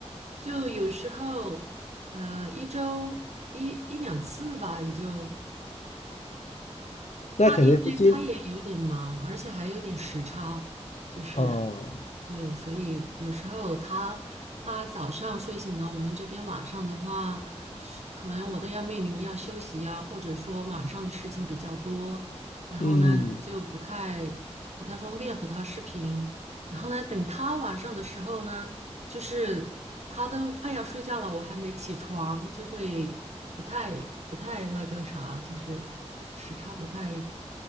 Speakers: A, on the right; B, on the left.
A: 就有时候，呃，一周一一两次吧，也就。
B: 那可能是今。
A: 他因为他也有点忙，而且还有点时差，就是
B: 哦，
A: 对，所以有时候他他早上睡醒了，我们这边晚上的话，可能我都要面临要休息呀，或者说晚上的事情比较多，然后呢嗯就不太不太方便和他视频。
B: 嗯，
A: 然后呢，等他晚上的时候呢，就是他都快要睡觉了，我还没起床，就会不太不太那个啥，就是时差不太